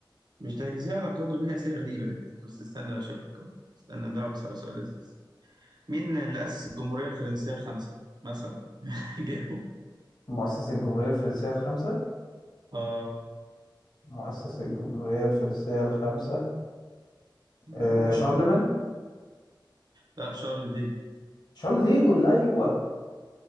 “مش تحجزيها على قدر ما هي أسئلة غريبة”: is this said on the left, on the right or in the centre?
Right